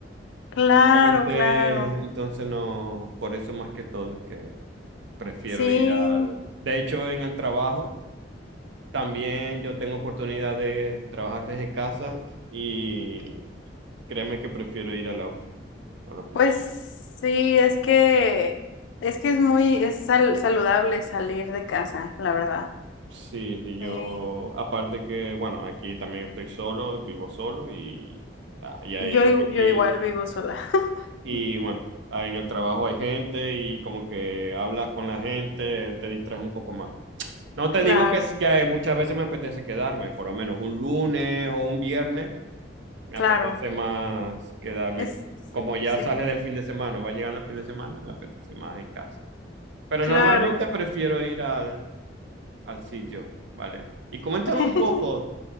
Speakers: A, on the left; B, on the right.
A: claro,
B: Entonces,
A: claro.
B: entonces no, por eso más que todo es que prefiero
A: Sí,
B: ir al... De hecho, en el trabajo. También yo tengo oportunidad de trabajar desde casa y créeme que prefiero ir a la ofi- a la oficina.
A: pues sí, es que es que es muy es sal- saludable salir de casa, la verdad.
B: Sí, sí, yo,
A: Sí.
B: aparte que, bueno, aquí también estoy solo, vivo solo y, ah, y, ahí-
A: Yo, i- yo
B: y,
A: igual vivo sola. <laughs>
B: y, bueno, ahí en el trabajo hay gente y como que hablas con la gente, te distraes un poco más. No te
A: Claro,
B: digo que, es- que muchas veces me apetece quedarme, por lo menos un lunes o un viernes. Me
A: claro.
B: apetece más quedarme.
A: Es
B: Como ya
A: sí,
B: sale del fin de semana, o va llegando el fin de semana, me apetece más en casa. Pero
A: claro.
B: normalmente prefiero ir al, al sitio, ¿vale? Y coméntame
A: <laughs>
B: un poco,